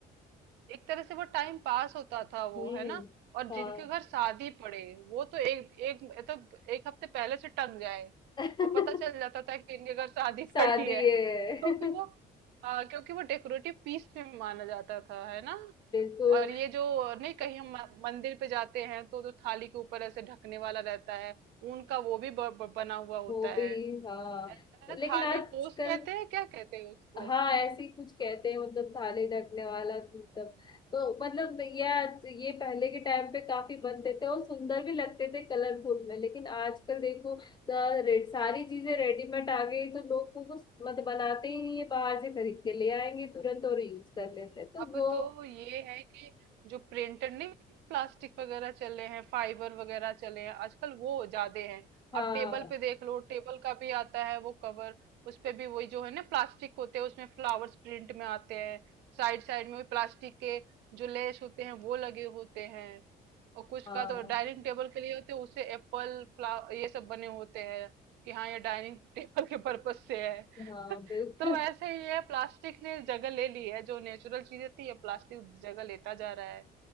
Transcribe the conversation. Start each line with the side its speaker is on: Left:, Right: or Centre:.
Right: एक तरह से वो टाइम पास होता था वो
Left: हम्म
Right: है ना और
Left: हाँ
Right: जिनके घर शादी पड़े वो तो एक एक मतलब एक हफ्ते पहले से टंग जाए
Left: <laughs>
Right: और पता चल जाता था कि इनके घर शादी
Left: शादी
Right: <laughs> पड़ी है
Left: है
Right: क्योंकि
Left: <laughs>
Right: वो हाँ क्योंकि वो डेकोरेटिव पीस में माना जाता था है ना
Left: बिल्कुल
Right: और ये जो नहीं कहीं हम म- मंदिर पे जाते हैं तो जो थाली के ऊपर ऐसे ढकने वाला रहता है ऊन का वो भी ब, ब, बना हुआ होता
Left: वो भी
Right: है
Left: हाँ
Right: है ना, थाली
Left: लेकिन आजकल
Right: पोस कहते हैं क्या कहते हैं उसको
Left: हाँ ऐसे ही कुछ कहते हैं मतलब थाली ढकने वाला मतलब तो मतलब ये आज- ये पहले के टाइम पे काफी बनते थे और सुंदर भी लगते थे कलरफुल
Right: हम्म।
Left: में लेकिन आजकल देखो रेड सारी चीजें रेडीमेड आ गई तो लोग तो कुछ मतलब बनाते ही नहीं है बाहर से खरीद के ले आएंगे तुरंत और यूज कर लेते हैं तो
Right: अब
Left: वो
Right: तो ये है कि जो प्रिंटेड नहीं प्लास्टिक वगैरह चले हैं फाइबर वगैरह चले हैं आजकल वो ज्यादा हैं
Left: हाँ
Right: आप टेबल पे देख लो टेबल का भी आता है वो कवर उस पे भी वही जो है ना प्लास्टिक होते हैं उसमें फ्लावर्स प्रिंट में आते हैं साइड साइड में भी प्लास्टिक के जो लेस होते हैं वो लगे होते हैं और कुछ
Left: हाँ
Right: का तो डाइनिंग टेबल के लिए होते हैं उससे एप्पल फ्ला ये सब बने होते हैं कि हाँ ये डाइनिंग टेबल <laughs> के पर्पज से है
Left: हाँ
Right: <laughs>
Left: बिल्कुल
Right: तो वैसे ही है प्लास्टिक ने जगह ले ली है जो नेचुरल चीजें थी ये प्लास्टिक जगह लेता जा रहा है